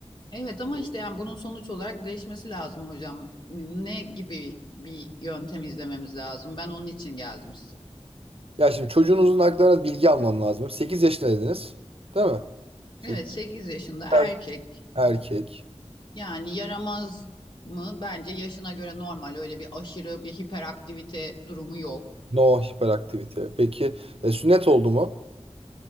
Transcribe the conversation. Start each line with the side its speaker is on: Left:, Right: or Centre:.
Left: Evet ama işte yani bunun sonuç olarak değişmesi lazım hocam. Ne gibi bir yöntem izlememiz lazım? Ben onun için geldim size.
Right: Ya şimdi çocuğunuzun aklına bilgi almam lazım. sekiz yaşında dediniz. Değil mi? 8
Left: Evet 8 yaşında
Right: Evet.
Left: erkek
Right: erkek.
Left: yani yaramaz mı? Bence yaşına göre normal öyle bir aşırı bir hiperaktivite durumu yok.
Right: No hiperaktivite. Peki e, sünnet oldu mu?